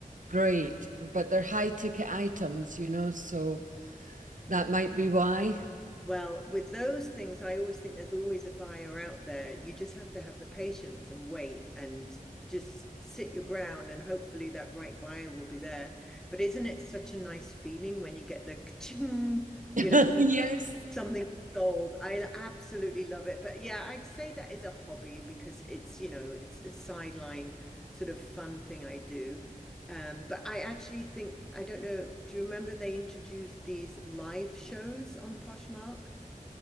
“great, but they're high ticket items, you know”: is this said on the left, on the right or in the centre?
Right